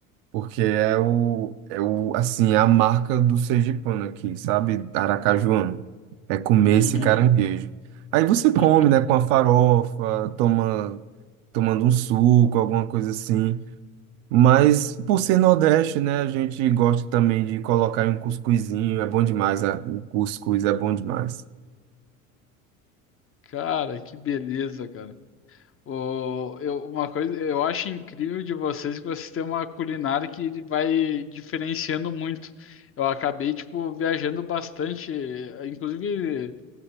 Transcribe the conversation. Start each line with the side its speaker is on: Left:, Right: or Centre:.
Right: Porque é o, é o, assim, é a marca do sergipano aqui, sabe? Aracajuano. É comer
Left: Uhum.
Right: esse caranguejo. Aí você
Left: <laughs>
Right: come, né, com a farofa, toma, tomando um suco, alguma coisa assim. Mas por ser Nordeste, né, a gente gosta também de colocar em um cuscuzinho, é bom demais, a- o cuscuz é bom demais.
Left: Cara, que beleza, cara. O, eu, uma coisa, eu acho incrível de vocês que vocês têm uma culinária que vai diferenciando muito. Eu acabei, tipo, viajando bastante, eh, inclusive,